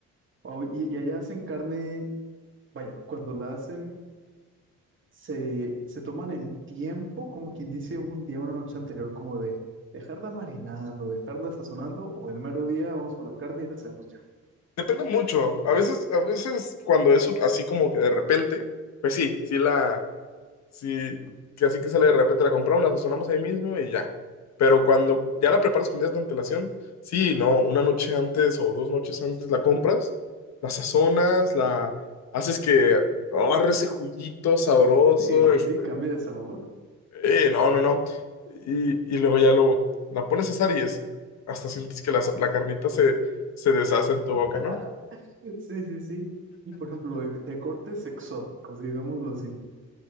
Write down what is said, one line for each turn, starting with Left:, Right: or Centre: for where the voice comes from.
Right: Wow, y, y allá hacen carne, vaya, cuando la hacen, se, se toman el tiempo, como quien dice, un día, una noche anterior, como de dejarla marinando, dejarla sazonando, o el mero día vamos por la carne y la hacemos ya.
Left: Depende mucho. A veces, a veces cuando es así como que de repente, pues sí, sí la Sí, que así que sale de repente, la compramos, la sazonamos ahí mismo y ya. Pero cuando ya la preparas con días de antelación, sí, no, una noche antes o dos noches antes la compras, la sazonas, la haces que agarre ese juguito sabroso,
Right: Sí, sí,
Left: este,
Right: sí, cambia de sabor.
Left: eh, no, no, no. Y, y luego ya lo, la pones a asar y es, hasta sientes que la, la carnita se, se deshace en tu
Right: <laughs>
Left: boca, ¿no?
Right: Sí, sí, sí. Y por ejemplo, de, de cortes exóticos, digámoslo así.